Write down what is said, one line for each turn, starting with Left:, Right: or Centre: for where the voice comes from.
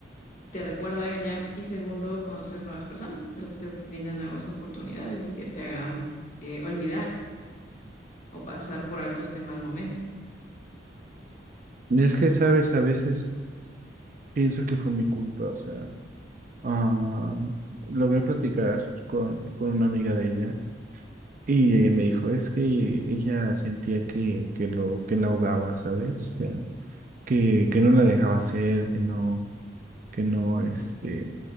Left: te recuerda a ella y segundo, conocer nuevas personas que tal vez te brindan nuevas oportunidades y que te hagan eh, olvidar o pasar por alto este mal momento.
Right: Y es que, sabes, a veces pienso que fue mi culpa, o sea, ah, logré platicar con, con una amiga de ella y ella me dijo, es que ella sentía que, que, lo, que la ahogaba, ¿sabes? O sea, que, que no la dejaba hacer, que no, que no, este,